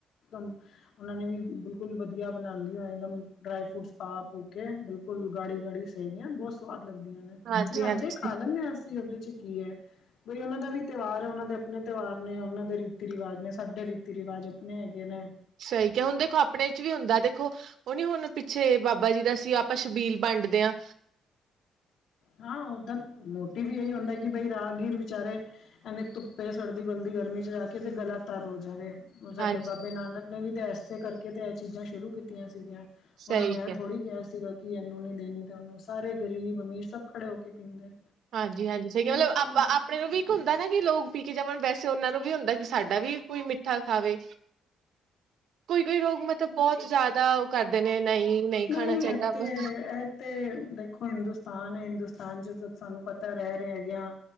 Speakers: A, on the left (about 70°); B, on the right (about 75°).
A: <unintelligible> ਓਨਾ ਨੇ ਵੀ ਬਿਲਕੁੱਲ ਵਧੀਆ ਬਣਾਦੀ <unintelligible> ਇੱਕਦਮ ਡਰਾਈ ਫਰੂਟਸ ਪਾ ਪੂ ਕੇ ਬਿਲਕੁੱਲ ਗਾੜੀ-ਗਾੜੀ ਸੇਵੀਆਂ ਬੋਤ ਸਵਾਦ ਲੱਗਦੀਆਂ ਨੇ
B: ਹਾਂਜੀ
A: ਲਿਆਂਦੇ
B: ਹਾਂਜੀ
A: ਖਾ ਲਣੇ ਆ ਅਸੀਂ ਓਦੇ ਚ ਕੀ ਐ ਬਈ ਓਨਾ ਦਾ ਵੀ ਤਿਉਹਾਰ ਐ ਓਨਾਂ ਦੇ ਆਪਣੇ ਤਿਉਹਾਰ ਨੇ ਓਨਾਂ ਦੇ ਰੀਤੀ ਰਿਵਾਜ ਨੇ ਸਾਡੇ ਰੀਤੀ ਰਿਵਾਜ ਆਪਣੇ ਹੈਗੇ ਨੇ
B: ਸਈ ਕਿਆ ਹੁਣ ਦੇਖੋ ਆਪਣੇ ਚ ਵੀ ਹੁੰਦਾ ਦੇਖੋ ਓ ਨੀ ਹੁਣ ਪਿੱਛੇ ਬਾਬਾ ਜੀ ਦਾ ਸੀ ਆਪਾਂ ਸ਼ਬੀਲ ਵੰਡਦੇ ਆ
A: ਹਾਂ ਓਦਾਂ ਮੋਟੀਵ ਏਹੀ ਹੁੰਦਾ ਕਿ ਬਈ ਰਾਹਗੀਰ ਵਿਚਾਰੇ ਐਨੇ ਧੁੱਪੇ ਸੜਦੇ ਬਲਦੀ ਗਰਮੀ ਚ ਜਾ ਕੇ ਤੇ ਗਲਾ ਤਾਰ ਹੋ ਜਾਵੇ। ਸਾਡੇ
B: ਹਾਂਜੀ
A: ਬਾਬੇ ਨਾਨਕ ਨੇ ਵੀ ਤਾਂ ਏਸੇ ਕਰਕੇ ਤੇ ਐ ਚੀਜ਼ਾਂ ਸ਼ੁਰੂ ਕੀਤੀਆਂ ਸੀਗੀਆਂ।
B: ਸਹੀ
A: ਓਨਾਂ ਨੇ
B: ਕਿਹਾ
A: ਐ ਥੋੜ੍ਹੀ ਕਿਆ ਸੀਗਾ ਕਿ ਏਨੂੰ ਨੀ ਦੇਣੀ ਤੇ ਓਨੂੰ ਸਾਰੇ ਗ਼ਰੀਬ ਅਮੀਰ ਸਭ ਖੜੇ ਹੋ ਕੇ ਪੀਂਦੇ
B: ਹਾਂਜੀ-ਹਾਂਜੀ ਸਈ
A: ਕੁਛ
B: ਗੱਲ
A: ਨਹੀਂ
B: ਆਪਾਂ ਆਪਣੇ ਨੂੰ ਵੀ ਇੱਕ ਹੁੰਦਾ ਨਾ ਕਿ ਲੋਕ ਪੀ ਕੇ ਜਾਵਣ ਵੈਸੇ ਓ ਨਾਂ ਨੂੰ ਵੀ ਹੁੰਦਾ ਵੀ ਸਾਡਾ ਵੀ ਕੋਈ ਮਿੱਠਾ ਖਾਵੇ। ਕੋਈ-ਕੋਈ ਲੋਕ ਮਤਲਬ ਬੋਤ ਜਾਦਾ ਓ ਕਰਦੇ ਨੇ ਨਹੀਂ ਨਹੀਂ ਖਾਣਾ
A: ਨਈ
B: ਚਾਹੀਦਾ
A: ਐ ਤੇ
B: ਬਸ
A: ਐ ਤੇ ਦੇਖੋ ਹਿੰਦੁਸਤਾਨ ਐ ਹਿੰਦੁਸ ਤਾਂਨ ਜਦੋਂ ਸਾਨੂੰ ਪਤਾ ਰੈ ਰੇ ਯਾਂ